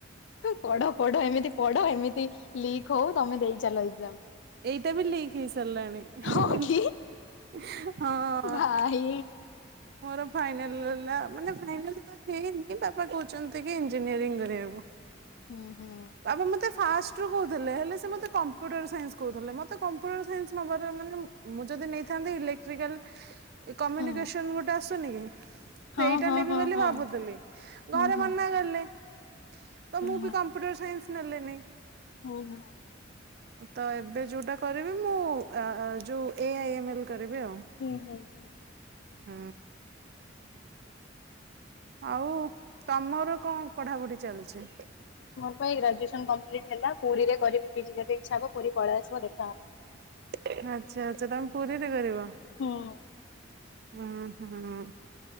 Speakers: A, on the left; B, on the right.
A: ପଢ଼ ପଢ଼ ଏମିତି ପଢ଼ ଏମିତି ଲିକ୍ ହଉ ତମେ ଦେଇ ଚାଲ ଏକ୍ଜାମ୍।
B: ଏଇଟା ବି ଲିଙ୍କ୍ ହେଇସାର୍ଲାଣି।
A: ହଁ
B: <inaudible>
A: କି
B: <unintelligible> ହଁ
A: ଭାଇ
B: ମୋର ଫାଇନାଲ୍। ହୁ ଲା ଲା ମାନେ ଫାଇନାଲ୍ ତ ହେଇନି ବାପା କଉଛନ୍ତି କି ଇଞ୍ଜିନିୟରିଙ୍ଗ୍ କରିବାକୁ।
A: ହୁଁ ହୁଁ।
B: ବାବା ମତେ ଫାଷ୍ଟ୍ ରୁ କହୁଥିଲେ ହେଲେ ସେ ମତେ କମ୍ପ୍ୟୁଟର ସା କଉଥଲେ ମତେ କମ୍ପୁଟର୍ ସାଇନ୍ସ୍ ନବାରେ ମାନେ ମୁଁ ମୁଁ ଯଦି ନେଇଥାନ୍ତି ଇଲେକ୍ଟ୍ରିକାଲ୍ ଇ କମିନିକେସନ୍
A: ହୁଁ
B: ଗୁଟେ ଆସୁନି କି?
A: ହଁ
B: ସେଇଟା
A: ହଁ
B: ନେବି
A: ହଁ
B: ବୋଲି
A: ହଁ
B: ଭାବୁତିଲି
A: ହୁଁ
B: ଘରେ
A: ହୁଁ
B: ମନା ଗଲେ ତ
A: ହୁଁ
B: ମୁଁ
A: ହଁ
B: ବି କମ୍ ପୁଟର୍ ସାଇନ୍ସ୍ ନେଲେନି।
A: ହୁଁ ହୁଁ।
B: ତ ଏବେ ଯୋଉଟା କରିବି ମୁଁ ଆ ଆ ଯୋଉ ଏ ଆଇ ଏମେଲ୍ କରିବି ଆଉ।
A: ହେ ଭାଇ।
B: ହୁଁ। ଆଉ ତମର କଁ ପଢ଼ା ପୁଢ଼ି ଚାଲ୍ଛି?
A: ମୋର୍ ପାଇ ଗ୍ରାଜୁଏସନ୍ କମ୍ପ୍ଲିଟ୍ ହେଲା ପୁରୀରେ କରିବି ପିଜି ଯଦି ଇଚ୍ଛା ହବ ପୁରୀ ପଳେଇ ଆସିବ ଦେଖାହବା।
B: ଏ ଆଚ୍ଛା ଆଚ୍ଛା ତମେ ପୁରୀରେ କରିବ
A: ହୁଁ
B: ହୁଁ ହୁଁ।